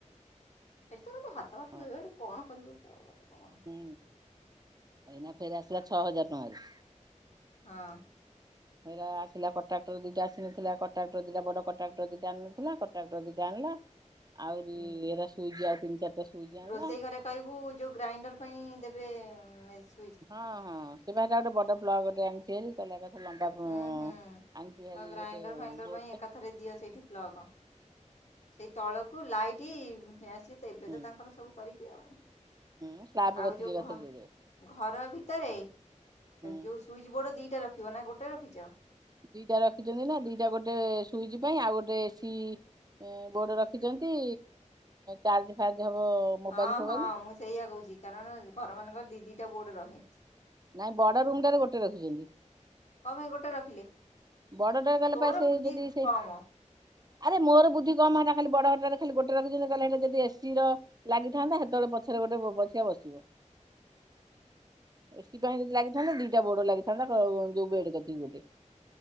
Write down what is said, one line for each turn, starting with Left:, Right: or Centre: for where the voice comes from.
Left: ସେଠି ତ ଖାଲି ହାତ ଭାତ
Right: ହଁ
Left: ଧୋଇବ ହେଟି କଣ କରିବ। ଆଉ ଗୋଟେ କଣ?
Right: ହୁଁ ଏଇନା ଫେର ଆସିଲା ଛଅ ହଜାର ଟଙ୍କାରେ।
Left: ହଁ।
Right: ଏଇରା ଆସିଲା କଟାକ୍ଟର ଦିଟା ଆସିନଥିଲା କଟାକ୍ଟର ଦିଟା ବଡ କଟାକ୍ଟର ଦିଟା ଆଣି ନଥିଲା କଣ୍ଟ୍ରାଟର ଦିଟା ଆଣିଲା। ଆଉରିି
Left: ହୁଁ
Right: ଏରା ସୁଇଜ୍ ଆଉ ତିନି ଚାରଟା ସୁଇଜ ଆଣିଲା।
Left: ରୋଷେଇ ଘରେ କହିବୁ ଯୋଉ ଗ୍ରାଇଣ୍ଡର ପାଇଁ ଦେବେ ମେସ
Right: ହଁ ହଁ ସେପା ହେଟା ଗୋଟେ ବଡ ପ୍ଲଗଟେ ଆଣିଛି ହାରି। <unintelligible> କଥା ଲମ୍ବା ଉଁ
Left: ହୁଁ ହୁଁ
Right: ଆଣିଚି ଭାରି
Left: ତ ଗ୍ରାଇଣ୍ଡର୍
Right: ଗୋଟେ
Left: ଫାଇଣ୍ଡର୍
Right: ବୋଡଟେ।
Left: ପାଇଁ ଏକାଥରେ ଦିଅ ସେଇଠି ପ୍ଲଗ୍ ସେଇ ତଳକୁ ଲାଇଟ୍ ଫ୳୲ସ ତ ଏବେ
Right: ହୁଁ
Left: ତ ତାଙ୍କର ସବୁ କରିକି ଆଉ।
Right: ହୁଁ ସ୍ଲାବ୍
Left: ଆଉ
Right: କତିକି
Left: ଯୋଉ
Right: ଏକାଥରେ
Left: ଘ
Right: ଦେଇଦେବେ
Left: ଘର ଭିତରେ
Right: ହୁଁ
Left: ଯୋଉ ସୁଇଚ୍ ବୋଡ଼ ଦିଇଟା ରଖିବ ନା ଗୋଟେ ରଖିଚ।
Right: ଦିଟା ରଖିଛନ୍ତି ନା ଦିଟା ଗୋଟେ ସୁଇଚ ପାଇଁ ଆଉ ଗୋଟେ ଏ ସିି ଏ ବୋର୍ଡ ରଖିଛନ୍ତି ଚାର୍ଜ ଫାର୍ଜ ହବ ମୋବାଇଲ
Left: ହଁ
Right: ଫୋବାଲି।
Left: ହଁ ମୁଁ ସେଇଆ କୋଉଛି କାରଣ ଘରମାନଙ୍କରେ ଦି ଦିଟା ବୋର୍ଡ଼ ରହେ।
Right: ନାଇଁ ବଡ ରୁମ ଟାରେ ଗୋଟେ ରଖିଛନ୍ତି
Left: କଁ ପାଇଁ ଗୋଟେ ରଖିଲେ।
Right: ବଡ ଟା କଲେ
Left: ତୋର
Right: ପା ସେ
Left: ବୁଦ୍ଧି
Right: ଯଦି ସେ
Left: କମ୍
Right: ଆରେ ମୋର ବୁଦ୍ଧି କମ ହେଟା ଖାଲି ବଡ ହେଟାରେ ଖାଲି ଗୋଟେ ରଖିଚନ୍ତି କହିଲେ ଯଦି ଏସି ର ଲାଗିଥାନ୍ତା ସେତେବେଳେ ପଛରେ ଗୋଟେ ପଛିକା ବସିବ। ଏ ସେଥିପାଇଁ ଯଦି ଲାଗିଥାନ୍ତା ଦିଟା ବୋଡ ଲାଗିଥାନ୍ତା କ ଯୋଉ ବେଡ କତିକି ଗୋଟେ।